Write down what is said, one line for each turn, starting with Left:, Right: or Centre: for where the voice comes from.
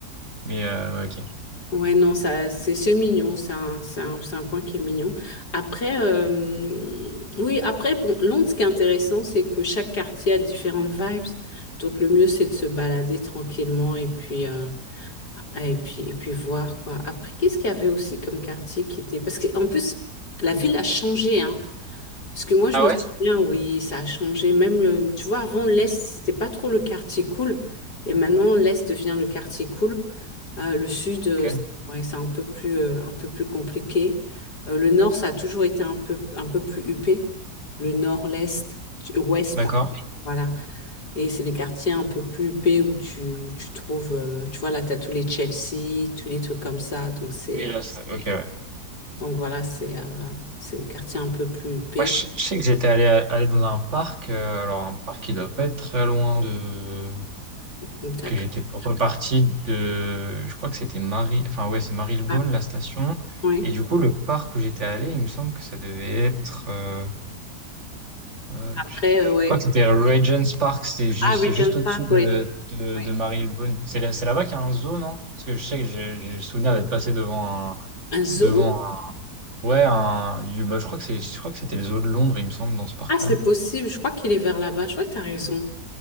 Right: mais, euh, ouais, ok.
Left: Ouais, non, ça, c'est c'est mignon, c'est un, c'est un, c'est un coin qui est mignon. Après, euh, oui, après, bon, Londres, ce qui est intéressant, c'est que chaque quartier a différentes vibes. Donc, le mieux, c'est de se balader tranquillement et puis, euh, Ah, Et puis, et puis voir, quoi. Après, qu'est-ce qu'il y avait aussi comme quartier qui était... Parce qu'en plus, la ville a changé, hein. Parce que moi, je
Right: Ah
Left: me
Right: ouais?
Left: souviens, oui, ça a changé. Même, le- tu vois, avant, l'Est, c'était pas trop le quartier cool. Et maintenant, l'Est devient le quartier cool. Euh, le Sud, euh,
Right: Ok.
Left: c'est ouais, c'est un peu plus, euh, un peu plus compliqué. Euh, le Nord, ça a toujours été un peu, un peu plus huppé. Le Nord, l'Est, tu- Ouest,
Right: D'accord.
Left: par Voilà. Et c'est les quartiers un peu plus huppés où tu, où tu trouves, euh, tu vois, là, tu as tous les Chelsea, tous les trucs comme ça. Donc, c'est,
Right: Oui,
Left: euh,
Right: là, ça- ok, ouais.
Left: donc voilà, c'est euh, c'est les quartiers un peu plus huppés.
Right: Moi, je, je sais que j'étais allé, à- allé dans un parc, euh, alors un parc qui doit pas être très loin de
Left: D'accord.
Right: que j'étais reparti de, je crois que c'était Marie, enfin ouais, c'est Marylebone,
Left: Ah,
Right: la station.
Left: oui.
Right: Et du coup, le parc où j'étais allé, il me semble que ça devait être, euh, euh,
Left: Après,
Right: tch, tch, tch,
Left: euh, ouais.
Right: je crois que c'était Regent's Park, c'est juste,
Left: Ah, Regent's
Right: c'est juste au-dessus
Left: Park,
Right: de,
Left: oui.
Right: de,
Left: Oui.
Right: de Marylebone. C'est là, c'est là-bas qu'il y a un zoo, non? Parce que je sais que j'ai j'ai le souvenir d'être passé devant un,
Left: Un zoo?
Right: devant, un- ouais, un, bah, je crois que c'est, je crois que c'était le zoo de Londres, il me semble, dans ce parc-là.
Left: Ah, c'est possible. Je crois qu'il est vers là-bas. Je crois que tu as raison.